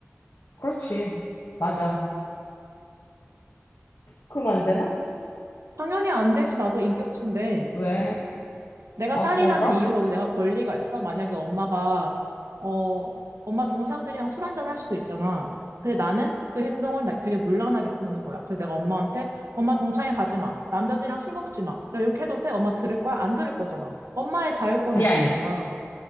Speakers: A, on the left; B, on the right.
A: 그렇지. 맞아. 그럼 안 되나?
B: 당연히 안 되지. 나도 인격체인데.
A: 왜?
B: 내가
A: 아,
B: 딸이라는
A: 그런가?
B: 이유로 내가 권리가 있어? 만약에 엄마가, 어, 엄마 동창들이랑 술 한잔 할 수도 있잖아. 근데 나는 그 행동을 나- 되게 물란하게 보는 거야. 그래서 내가 엄마한테, 엄마 동창회 가지 마. 남자들이랑 술 먹지 마. 내가 이렇게 해도 돼? 엄마 들을 거야? 안 들을 거잖아. 엄마의 자율권이
A: 아니야,
B: 있으니까.
A: 아니야.